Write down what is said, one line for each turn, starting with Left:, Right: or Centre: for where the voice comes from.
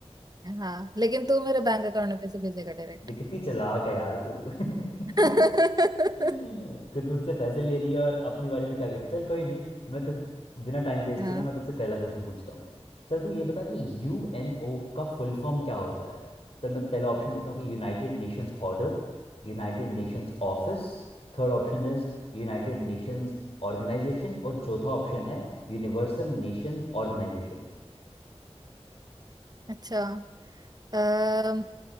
Right: हाँ लेकिन तू मेरे बैंक अकाउंट में पैसे भेजेगा डायरेक्ट
Left: दिखती चालाक है यार तू <laughs>
Right: <laughs>
Left: खुद मुझसे पैसे ले रही है और अपनी बारे में क्या कर रही है चल कोई नहीं मैं तो बिना टाइम वेस्ट
Right: हाँ
Left: किए ना मैं तुझसे पहला क्वेश्चन पूछता हूँ चल तू ये बता कि यू एन ओ का फुल फॉर्म क्या होता है चल मैं तो पहला ऑप्शन देता हूँ कि united nations order united nations office third option is united nations organisation और चौथा ऑप्शन है यूनिवर्सल नेशंस ऑर्गेनाइजेशन
Right: अच्छा अम,